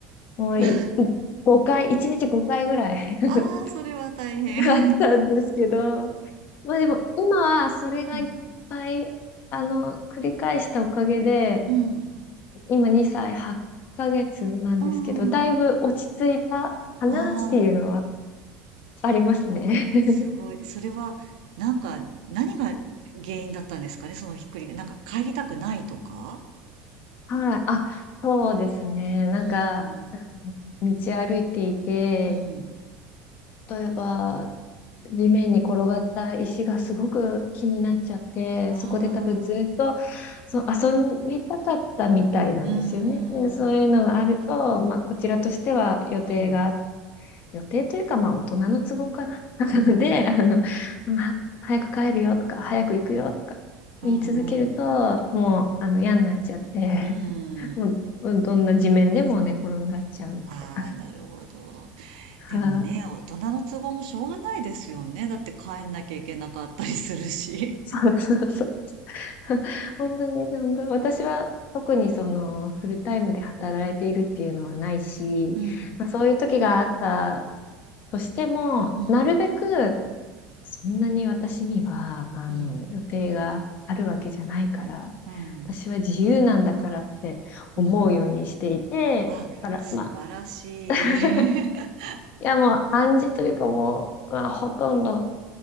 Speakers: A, on the left; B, on the right.
A: もうい、
B: あ、
A: い5回、
B: <laughs>
A: 1日5回ぐらい <laughs>
B: ああ、それは大変。<laughs>
A: あったんですけど、まあでも、今はそれがいっぱい、
B: うん、
A: あの、繰り返したおかげで、
B: うん、
A: 今2歳8ヶ月なんですけど、
B: うん。
A: だいぶ落ち着いたかなっていうのは
B: ああ、
A: ありますね。<laughs>
B: すごい。それは、なんか、何が原因だったんですかね、そのひっくりが。なんか帰りたくないとか
A: はい。あ、そうですね。なんか、
B: うん、
A: 道歩いていて、
B: うん。
A: 例えば、地面に転がった石がすごく気になっちゃって、
B: あ
A: そこで多分ずっと
B: あ、
A: そう遊びたかったみたいなんですよね。
B: うん、
A: でそういうのがあると、
B: うん、
A: まあ、こちらとしては予定があっ
B: うん、
A: 予定というか、まあ、大人の都合かな。<laughs> なので、
B: うん、
A: あの、早く帰るよとか、早く行くよとか、
B: うん、
A: 言い続けると、もう、あの、嫌になっちゃって、
B: うーん。
A: <laughs> もう、どんな地面でも寝転がっちゃうみた
B: ああ、なるほど。でもね、
A: いな。<laughs>
B: 大人の都合もしょうがないですよね。
A: あ
B: だって帰んなきゃいけなかったりするし。
A: そうそうそう。<laughs> 本当に、本当、私は特にその、フルタイムで働いているっていうのはないし、
B: うん、
A: まあ、そういう時があったとしても、
B: うん、
A: なるべくそんなに私には、あの、
B: うん、
A: 予定があるわけじゃないから、
B: うん、
A: 私は自由なんだからって思うようにしていて、
B: うん。あ、
A: だから、
B: 素晴らしい。
A: まあ、<laughs>
B: <laughs>
A: いやもう暗示というかもう、まあ、ほとんど、